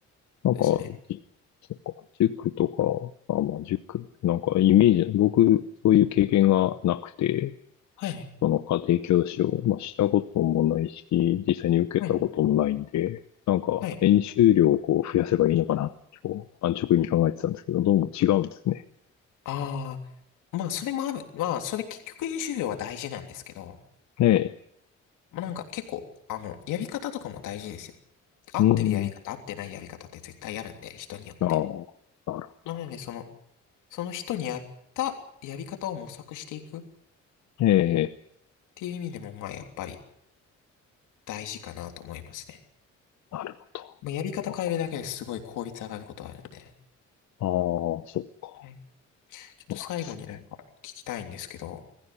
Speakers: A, on the left; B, on the left.
A: なんか、
B: そうですね。
A: じそうか、塾とか、あ、まあ、塾、なんかイメージ、僕、そういう経験がなくて、
B: はい。
A: その家庭教師を、まあ、したこともないし、実際に受けたこともないんで、
B: はい。
A: なんか、
B: はい。
A: 演習量をこう増やせばいいのかなって、こう、安直に考えてたんですけど、どうも違うんですね。
B: ああ、まあそれもある。まあそれ結局演習量は大事なんですけど、
A: ええ、
B: まあ、なんか結構、あの、やり方とかも大事ですよ。合ってるやり方、
A: うん、
B: 合ってないやり方って絶対あるんで、人によって。
A: ああ、なるほ
B: まあ、なので、その、その人に合ったやり方を模索していくっ
A: ど。ええ、
B: ていう意味でも、まあ、やっぱり大事かなと思いますね。
A: なるほ
B: まあ、やり方変えるだけですごい効率上がることあるんで。
A: ど。わかる。ああ、そっか、
B: はい。ちょっと最後になんか聞きたいんですけど、
A: そうなんですね。